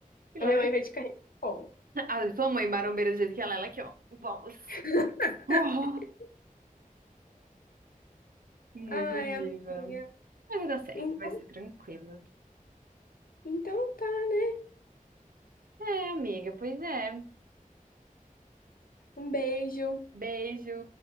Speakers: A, on the right; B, on the left.
A: E
B: A
A: lá
B: minha
A: dentro.
B: mãe vai te carregar. Bom.
A: <laughs> A tua mãe, marombeira do jeito que ela é, ela é aqui, ó. Vamos. <laughs>
B: <laughs>
A: Oh, muito
B: Ai,
A: diva.
B: amiga.
A: Mas vai dar certo,
B: Então,
A: vai ser tranquila.
B: então tá, né?
A: É, amiga, pois é.
B: Um beijo.
A: Beijo.